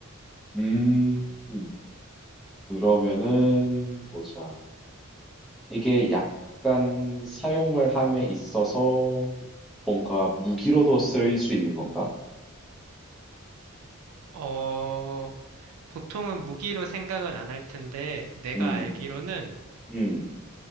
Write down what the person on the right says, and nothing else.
어, 보통은 무기로 생각은 안 할 텐데, 내가
알기로는